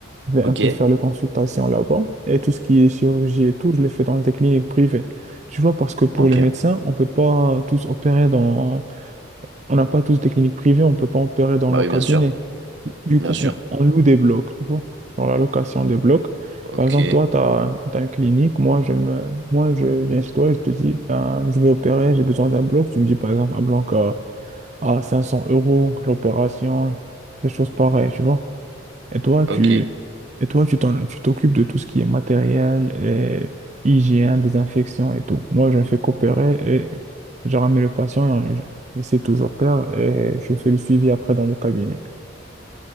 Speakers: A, on the right (about 35°); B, on the right (about 60°).
A: Je vais
B: ok,
A: un peu faire les consultations là-bas. Et tout ce qui est chirurgie et tout, je le fais dans des cliniques privées. Tu vois, parce que pour
B: ok.
A: les médecins, on peut pas tous opérer dans on n'a pas tous des cliniques privées, on peut pas opérer dans
B: Bah
A: nos
B: oui,
A: cabinets.
B: bien sûr,
A: Du
B: bien
A: coup,
B: sûr.
A: on, on loue des blocs, tu vois, dans la location des blocs.
B: Ok,
A: Par exemple, toi, tu as, une clinique, moi, je me, moi, je viens chez toi et je te dis, ben, je vais opérer, j'ai besoin d'un bloc. Tu me dis, par exemple, un bloc à, à 500 euros, l'opération, des choses pareilles, tu vois. Et toi, tu,
B: ok.
A: et toi, tu t'en- tu t'occupes de tout ce qui est matériel, et hygiène, désinfection et tout. Moi, je ne fais qu'opérer et je ramène le patient et je- et c'est tout, j'opère et je fais le suivi après dans le cabinet.